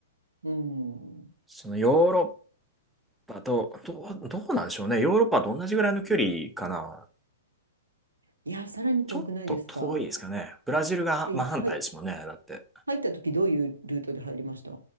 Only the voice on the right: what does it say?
うん。
いや、さらに遠くないですか
え、はい、
入った時どういうルートで入りました